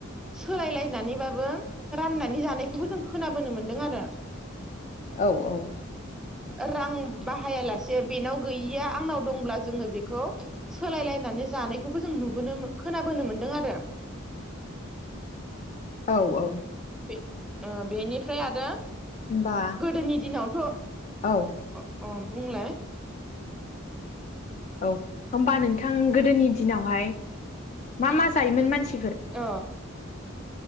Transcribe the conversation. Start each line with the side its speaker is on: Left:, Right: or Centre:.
Centre: सोलायलायनानैबाबो राननानै जानायखौ बेखौबो जों खोनाबोनो मोन्दों आरो
Left: औ औ।
Centre: रां बाहायालासे बेनाव गैयिया आंनाव दंब्ला जोङो बेखौ सोलायलायनानै जानायखौबो जों नुबोनो खोनाबोनो मोनदों आरो।
Left: औ औ।
Centre: बे बेनिफ्राय आरो।
Left: होमबा
Centre: गोदोनि दिनावथ' अ
Left: औ
Centre: बुंलाय।
Left: औ होनबा नोंथां गोदोनि दिनावहाय मा मा जायोमोन मानसि?
Centre: अ।